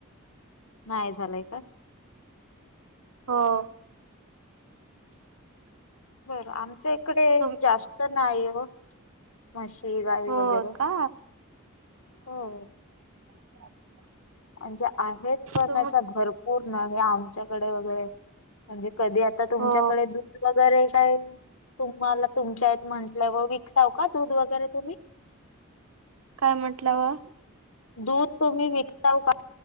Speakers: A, on the left; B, on the right.
A: नाही झालंय का?
B: हो. <inaudible>
A: बरं, आमच्या इकडे
B: तुम
A: जास्त नाही ओ. म्हशी गाई
B: हो
A: वगैरे,
B: का
A: हो.
B: <inaudible>
A: म्हणजे आहेत पण,
B: तुम
A: अशा भरपूर नाही हे आमच्याकडे वगैरे म्हणजे कधी आता तुमच्याकडे
B: हो
A: दूध वगैरे काय तुम्हाला तुमच्यात आहेत म्हटल्याव विकताव का दूध वगैरे तुम्ही.
B: काय म्हटल्याव
A: दूध तुम्ही विकताव का?